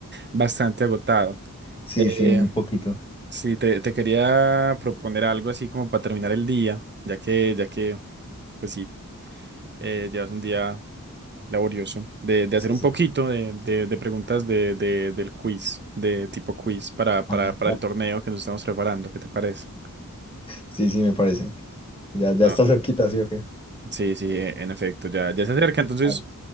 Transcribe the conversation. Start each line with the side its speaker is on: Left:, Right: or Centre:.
Right: bastante agotado.
Left: Sí,
Right: Eh,
Left: sí, un poquito.
Right: sí, te, te quería proponer algo así como para terminar el día, ya que, ya que, pues sí, eh, llevas un día laborioso, de, de
Left: Sí,
Right: hacer un
Left: sí.
Right: poquito de, de- de preguntas de, de- del quiz, de tipo quiz para, para,
Left: Ay,
Right: para el torneo que nos estamos preparando. ¿Qué te parece?
Left: sí, sí, me parece. Ya, ya
Right: No,
Left: está cerquita, ¿sí o qué?
Right: sí, sí, e- en efecto, ya, ya se acerca, entonces.
Left: Ah,